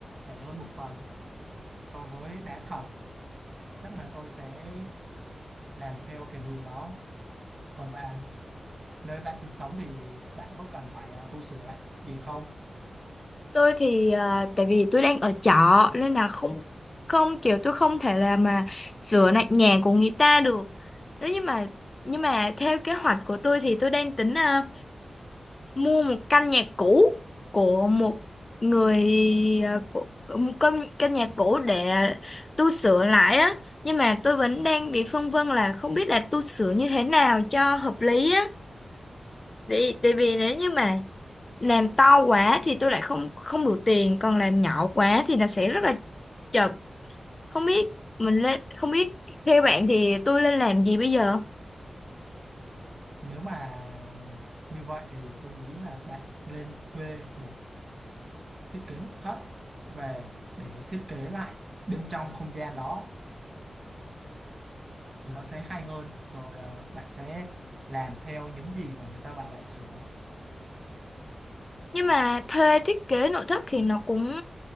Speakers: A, on the right; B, on the left.
A: rẻ hơn một phần so với đá thật chắc là tôi sẽ làm theo cái hướng đó còn bạn nơi bạn sinh sống thì bạn có cần phải ờ, tu sửa lại gì không?
B: Tôi thì ờ, tại vì tôi đang ở trọ nên là không không kiểu tôi không thể là mà sửa lại nhà của người ta được. Nếu như mà nhưng mà theo kế hoạch của tôi thì tôi đang tính ờ, mua một căn nhà cũ của một người ờ, của một căn căn nhà cũ để tu sửa lại á nhưng mà tôi vẫn đang bị phân vân là không biết là tu sửa như thế nào cho hợp lý á vì tại vì nếu như mà làm to quá thì tôi lại không không đủ tiền còn làm nhỏ quá thì nó sẽ rất là chật không biết mình lên không biết theo bạn thì tôi nên làm gì bây giờ
A: Nếu mà như vậy thì tôi nghĩ là bạn nên thuê một thiết kế nội thất về để thiết kế lại bên trong không gian đó nó sẽ hay hơn rồi ờ, bạn sẽ làm theo những gì mà người ta bảo bạn sửa
B: nhưng mà thuê thiết kế nội thất thì nó cũng